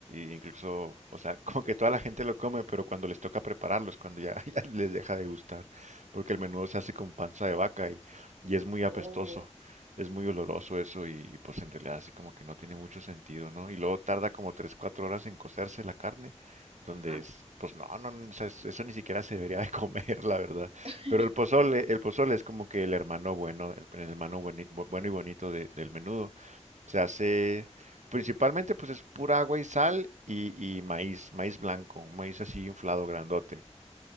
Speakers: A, on the right; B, on the right.
A: y- incluso, o sea, <laughs> como que toda la gente lo come, pero cuando les toca prepararlo es cuando ya, <laughs> ya les deja de gustar. Porque el menudo se hace con panza de vaca y, y es muy apestoso.
B: oh,
A: Es muy oloroso eso y pues en realidad así como que no tiene mucho sentido, ¿no? Y luego tarda como 3 4 horas en cocerse la carne, donde
B: ajá.
A: es, pues no, no, no, o sea, es- eso ni siquiera se debería de comer, <laughs> la verdad.
B: <laughs>
A: Pero el pozole, el pozole es como que el hermano bueno, el, el hermano bueni- bu- bueno y bonito de- del menudo. Se hace principalmente pues es pura agua y sal y, y maíz, maíz blanco, un maíz así inflado grandote.